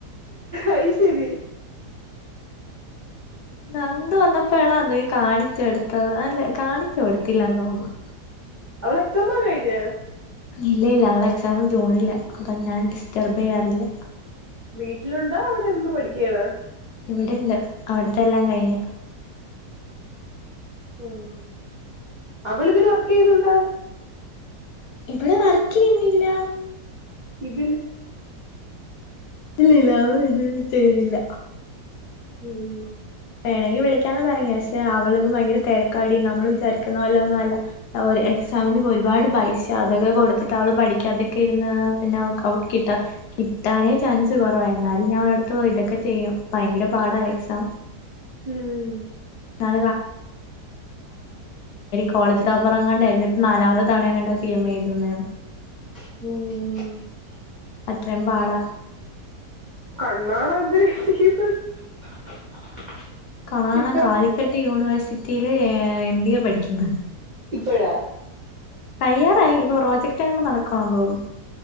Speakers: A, on the right; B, on the left.
A: അയ്ശരി
B: നന്ദു വന്നപ്പോഴാണോ എന്തൊ <unintelligible> കാണിച്ചു എടുത്തത് അല്ലെ കാണിച്ചു കൊടുത്തില്ലാന്ന് തോന്നുന്നു
A: അവളെ എക്സാമ് കഴിഞ്ഞ
B: ഇല്ല ഇല്ല അളെ <unintelligible> ക്സാമ് ജൂണിലാ അതാ ഞാൻ ഡിസ്റ്റർബ് ചെയ്യാറില്ല
A: വീട്ടിലുണ്ടോ അവിടെ നിന്ന് പഠിക്കയാണോ
B: ഇവിടെണ്ട് അവിടത്തെ എല്ലാം കഴിഞ്ഞ
A: ഉം അവളിതില് വർക്ക് ചെയ്യുന്നുണ്ട?
B: ഇവിടെ വർക്ക് ചെയ്യുന്നില്ലാ
A: ഇതില്
B: ഇല്ലില്ലാ അവർ ഇത് ചെന്നിയ്യുന്നില്ല
A: ഉം
B: വേണമെങ്കി വിളിക്കാന്ന് പറഞ്ഞ് പക്ഷെ അവള് ഭയങ്കര തിരക്കാടി നമ്മള് വിചാരിക്കുന്ന പോലെ ഒന്നും അല്ല ഒരു എക്സാമിന് ഒരുപാട് പൈസ അതൊക്കെ കൊടുത്തിട്ട് അവള് പഠിക്കാ അതൊക്കെ ഇരുന്ന് പിന്നെ അവക്ക് കിട്ടാ കിട്ടാനേ ചാൻസ് കുറവാ എന്നാലും ഞാനവടടുത്ത് അടുത്ത് ഇതൊക്കെ ചെയ്യും ഭയങ്കര പാടാ എക്സാം
A: ഉം
B: <unintelligible> കോളേജ് ടോപ്പറങ്ങാണ്ടായിരുന്ന് ഇപ്പ നാലാമത് തവണയങ്ങാണ്ടാ സി എം ഏ എഴുതുന്നേ
A: ഉം ഉ
B: അത്രയും പാടാ
A: <unintelligible>
B: <unintelligible>
A: ഇപ്പൊ
B: കാലിക്കട്ട് യൂണിവേഴ്സ് സിറ്റിയില് എം ബി എ പഠിക്കുന്നു
A: ഇപ്പോഴ
B: തയ്യാറായി ഇപ്പൊ പ്രോജക്ട് എങ്ങാണ്ട് നടക്കവാന്ന് തോന്നുന്നു